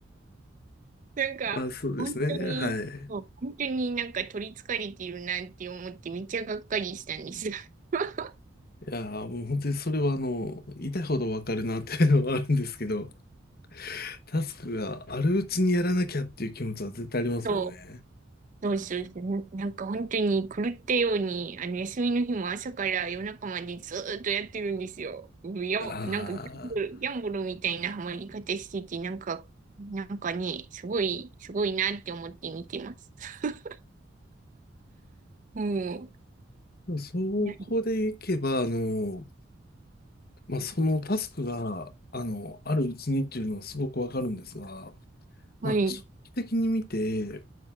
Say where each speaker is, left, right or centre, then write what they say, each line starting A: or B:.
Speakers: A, on the right (about 40°); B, on the left (about 50°).
A: なんか、
B: まあそうですね。
A: 本当に、
B: はい。
A: そう本当になんか取り憑かれているなって思って、めっちゃがっかりしたんですが。<laughs>
B: いやー、もう本当にそれはあの、痛いほどわかるなっていうのはあるんですけど、<laughs> タスクがあるうちにやらなきゃっていう気持ちは絶対ありますもんね。
A: そう、そうそうそう、ななんか本当に狂ったように、あの、休みの日も朝から夜中までずーっとやってるんですよ。もうや、
B: ああ。
A: なんかギャンブル、ギャンブルみたいなハマり方してて、なんか、なんかね、すごい、すごいなって思って見てます。<laughs> も
B: でもそこでいけば、
A: う、ね
B: あの、まあそのタスクが、あの、あるうちにっていうのはすごくわかるんですが、
A: はい、
B: まあ、長期的に見て、